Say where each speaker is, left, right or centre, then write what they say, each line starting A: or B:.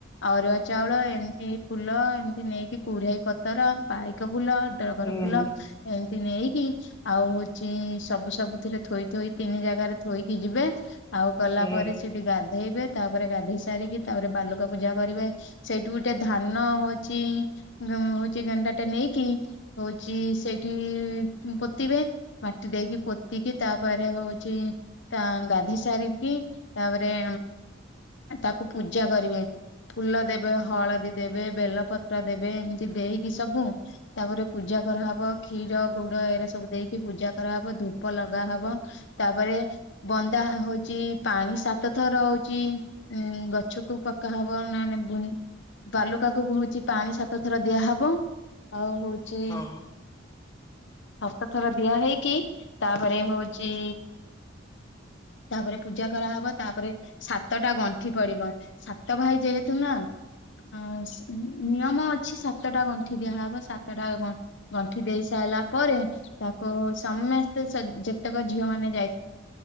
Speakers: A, on the left; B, on the left.
A: ଅରୁଆ ଚାଉଳ ଏମିତି ଫୁଲ ଏମିତି ନେଇକି କୁଢେଇ ପତର ପାଇକ ଫୁଲ ଟଗର
B: ହୁଁ
A: ଫୁଲ ଏମିତି ନେଇକି ଆଉ ହଉଛି ସବୁ ସବୁ ଥିରେ ଥୋଇଥୋଇ ତିନି ଜାଗାରେ ଥୋଇକି ଯିବେ ଆଉ ଗଲା
B: ହୁଁ
A: ପରେ ସେଠି ଗାଧେଇବେ ତାପରେ ଗାଧେଇ ସାରିକି ତାପରେ ବାଲୁକା ପୂଜା କରିବେ। ସେଇଠୁ ଗୋଟେ ଧାନ ହଉଛି ହଉଛି ଗଣ୍ଡାଟା ନେଇକି ହଉଛି ସେଇଠି ପୋତିବେ। ମାଟି ଦେଇକି ପୋ ଏତିକି ତାପରେ ହଉଛି ତା ଗାଧୋଇ ସାରିକି ତାପରେ ଆ ତାକୁ ପୂଜା କରିବେ। ଫୁଲ ଦେବେ। ହଳଦୀ ଦେବେ ବେଲପତ୍ର ପୁରା ଦେବେ ଏମିତି ଦେଇକି ସବୁ ତାପରେ ପୂଜା କରାହବ। କ୍ଷୀର ଗୁଡ଼ ଏଡା ସବୁ ଦେଇକି ପୂଜା କରାହବ ଧୂପ ଲଗା ହବ ତାପରେ ବ ତା ହଉଛି ପାଣି ସାତ ଥର ହଉଛି ଉଁ ଗଛକୁୁ ପକା ହବ ନା ନେବୁନି ବାଲୁକା କୁ ହଉଛି ପାଣି ସାତ ଥର ଦିଆହବ ଆଉ ହଉଚି
B: ହଁ,
A: ସାତ ଥର ଦିଆ ହେଇକି ତାପରେ ହଉଚି ତାପରେ ପୂଜା କରାହବ। ତାପରେ ସାତଟା ଗଣ୍ଠି ପଡିବ ସାତ ଭାଇ ଯେହେତୁ ନା ଅ ନିୟମ ଅଛି ସାତଟା ଗଣ୍ଠି ଦିଆହେବ। ସାତଟା ଗଣ୍ଠି ଦେଇ ସାରିଲା ପରେ ତାକୁ ସମସ୍ତେ ଯେତେକ ଝିଅ ମାନେ ଯାଇ